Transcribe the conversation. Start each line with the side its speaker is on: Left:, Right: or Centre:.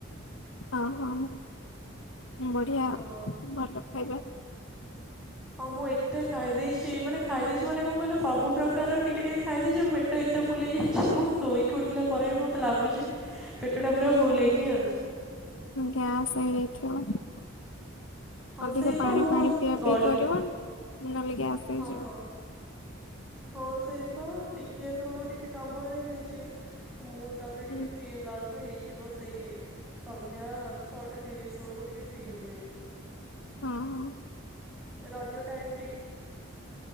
Left: ହଁ ହଁ ବଢ଼ିଆ ଆଉ
Centre: ହଁ।
Left: ଭଲ ଖାଇବା।
Centre: ହଁ ମୁଁ ଏତେ ଖାଇ ଦେଇଛି ମାନେ ଖାଇ ଦେଇଛି ମାନେ କଣ କହିଲ ସବୁ ପ୍ରକାର ର ଟିକେ ଟିକେ ଖାଇ ଦେଇଛି ମୋ ପେ ଟ ଏତେ ଫୁଲ ହେଇଯାଇଛି ମୁଁ ତୋଇକି ଉଠିଲା ପରେ ବି ମୋତେ ଲାଗୁଛି ପେଟଟା ପୁରା ଫୁଲ ହେଇକି ହିଁ ଅଛି।
Left: ଗ୍ୟାସ ହେଇଯାଇଥିବ।
Centre: ହଁ
Left: ଅଧିକ
Centre: ସେଇପା
Left: ପାଣି
Centre: ମୁଁ
Left: ଫାଣି ପିଆ
Centre: ଗଲି
Left: ପିଇ କରିବ ନହେଲେ ଗ୍ୟାସ୍ ହେଇଯିବ।
Centre: ହଁ ହଁ ହଁ ସେଇପା ଟିକେ ଏବେ ମୋର ଟିକେ କାମ ରହିଯାଇଛି ତ ମୁଁ ତାପରେ ଟିକେ
Left: ହୁଁ
Centre: ଫ୍ରି ହେଲାବେଳୁ କୁ ହେଇଯିବ ସେଇ ସନ୍ଧ୍ୟା ଛଅଟା ତିରିଶ ବେଳକୁ ଟିକେ ଫ୍ରି ହେବି ଯାଇକି।
Left: ହଁ।
Centre: ରଜ ଟାଇମ୍ ଟି